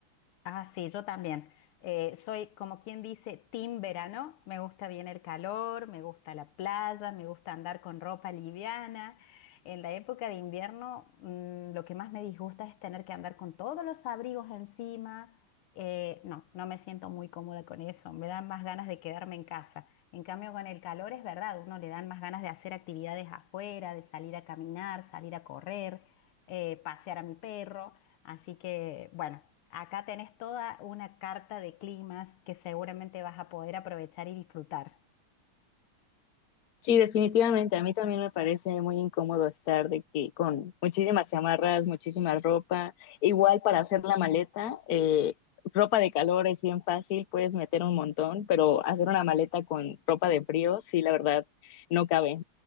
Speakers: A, on the left; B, on the left.
A: Ah, sí, yo también. Eh, soy como quien dice, team verano. Me gusta bien el calor, me gusta la playa, me gusta andar con ropa liviana. En la época de invierno, mm, lo que más me disgusta es tener que andar con todos los abrigos encima. Eh, no, no me siento muy cómoda con eso. Me dan más ganas de quedarme en casa. En cambio, con el calor es verdad, uno le dan más ganas de hacer actividades afuera, de salir a caminar, salir a correr, eh, pasear a mi perro. Así que, bueno, acá tenés toda una carta de climas que seguramente vas a poder aprovechar y disfrutar.
B: Sí, definitivamente. A mí también me parece muy incómodo estar de que con muchísimas chamarras, muchísima ropa. Igual para hacer la maleta, eh, ropa de calor es bien fácil, puedes meter un montón, pero hacer una maleta con ropa de frío, sí, la verdad, no cabe.